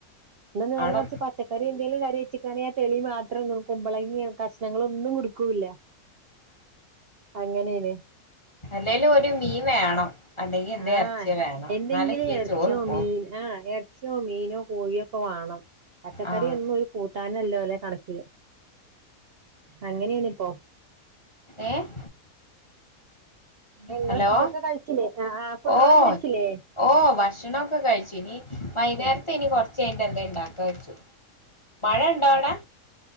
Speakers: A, on the right; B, on the left.
A: ന്ന നേരെ
B: അവിടെ
A: മറ്ച്ച് പച്ചക്കറി എന്തെലും കറി വെച്ചക്കാണെ ആ തെളി മാത്രം <unintelligible> കുമ്പളങ്ങിം കഷ്ണങ്ങളൊന്നും ഇട്ക്കൂല്ല അങ്ങനെണ്
B: അല്ലേലൊരു മീൻ വേണം. അല്ലെങ്കിൽ എന്തേ
A: ആഹ്
B: ഇറച്ചിയോ വേണം
A: എന്തെങ്കിലും
B: എന്നാലൊക്കെയാ
A: എർച്ച്യോ
B: ചോറ് പോവും
A: മീന ആഹ് എർച്ച്യോ മീനോ കോഴിയൊക്കെ വാ വാണം പച്ചക്കറ്യൊന്നൊര്
B: ആഹ്
A: കൂ ട്ടാനല്ല ഒല്ലെ കണക്ക് അങ്ങനെണിപ്പോ
B: ഏഹ്
A: ഇങ്ങള്
B: ഹലോ
A: ഫുഡൊക്കെ കഴ്ച്ചില്ലേ ആഹ് ഫുഡൊക്കെ
B: ഓഹ്
A: കഴ്ച്ചില്ലേ?
B: ഓഹ് ഭക്ഷണൊക്കെ കഴിച്ചു ഇനി വൈന്നേരത്തെനി
A: ആ
B: കൊ ർച്ചയ്ഞ്ഞ്ട്ട് എന്തേം ഇണ്ടാക്കാച്ചു. മഴ ണ്ടാവടെ